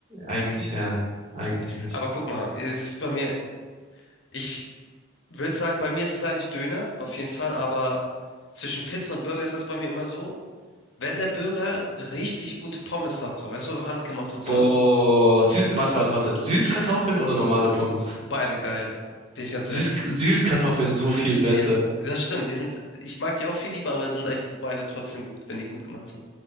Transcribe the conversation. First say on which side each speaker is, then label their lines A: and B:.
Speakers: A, on the right; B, on the left.
A: Eigentlich, ja, eigentlich nicht.
B: Aber guck mal, es ist bei mir, ich würde sagen, bei mir ist es eigentlich Döner, auf jeden Fall, aber zwischen Pizza und Burger ist das bei mir immer so, wenn der Burger richtig gute Pommes hat, so, weißt du, handgemacht und sowas,
A: Boah, süß, warte, warte, warte. Süßkartoffeln oder normale Pommes?
B: beide geil, bin ich ganz
A: Süß,
B: ehrlich.
A: Süßkartoffeln so viel besser.
B: Ja, das stimmt, die sind, ich mag die auch viel lieber, aber sind echt beide trotzdem gut, wenn die gut gemacht sind.